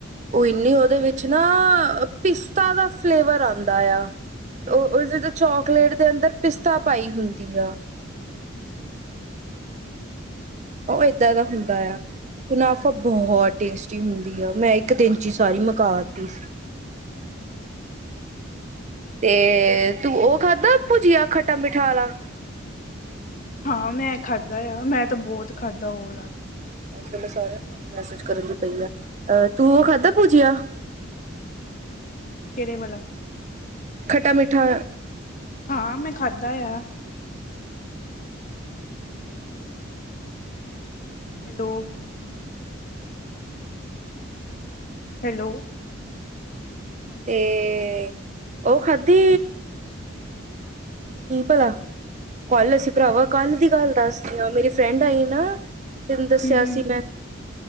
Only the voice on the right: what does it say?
ਉਹ ਇਨੀ ਉਦੇ ਵਿੱਚ ਨਾ ਪਿਸਤਾ ਦਾ ਫਲੇਵਰ ਆਂਦਾ ਆ।
ਉਹ ਉਸਦੇ ਚਾਕਲੇਟ ਦੇ ਅੰਦਰ ਪਿਸਤਾ ਪਾਈ ਹੁੰਦੀ ਆ।
ਉਹ ਏਦਾਂ ਦਾ ਹੁੰਦਾ ਆ। ਮੁਨਾਫ਼ਾ ਬਹੁਤ ਟੇਸਟੀ ਹੁੰਦੀ ਆ ਮੈਂ ਇੱਕ ਦਿਨ ਚ ਹੀ ਸਾਰੀ ਮੁਕਾ ਤੀ ਸੀ।
ਤੇ ਤੂੰ ਉਹ ਖਾਧਾ ਭੁਜੀਆ ਖੱਟਾ ਮਿੱਠਾ ਵਾਲਾ
ਇਸ ਵੇਲੇ ਸਾਰਿਆਂ ਨੂੰ ਮੈਸੇਜ ਕਰਨ ਦੀ ਪਈ ਆ ਅਹ ਤੂੰ ਉਹ ਖਾਧਾ ਪੁਜੀਆ਼।
ਖੱਟਾ ਮੀਠਾ।
ਤੇ ਉਹ ਖਾਧੀ ਕੀ ਭਲਾ ਕੱਲ ਅਸੀਂ ਭਰਾਵਾ ਕੱਲ ਦੀ ਗੱਲ ਦੱਸਦੀ ਆ ਮੇਰੀ ਫਰੈਂਡ ਆਈ ਨਾ ਤੈਨੂੰ ਦੱਸਿਆ
ਸੀ ਮੈਂ